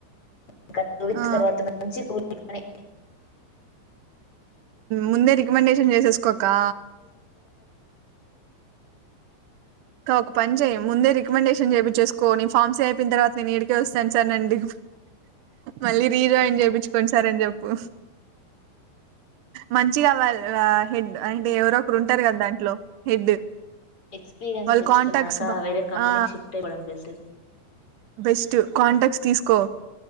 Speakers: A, on the left; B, on the right.
A: ఇంక టూ వీక్స్
B: ఆ
A: తర్వాత నుంచి కూలి పని
B: ముందే రికమెండేషన్ చేసేసుకో అక్కా
A: అహ
B: ఒక పని చేయి ముందే రికమెండేషన్ చేయి చేసుకో నీ ఫామ్ సీ అయిన తర్వాత నేను ఇడికే వస్తాను సార్ అండి మళ్ళీ రీజాయిన్ చెప్పుచ్చుకొండి సర్ అని చెప్పు
A: అహ
B: మంచిగా వాల్ అ హెడ్ అంటే ఎవరోకరు ఉంటారు కదా దాంట్లో హెడ్
A: ఎక్స్పీరియన్స్
B: వాళ్ళ
A: తెచ్చుకున్నాక
B: కాంటాక్ట్స్ బా
A: వేరే కంపెనీకి
B: ఆ
A: షిఫ్ట్ అయపోవడం బేస్ట్
B: బెస్ట్ కాంటాక్ట్స్ తీసుకో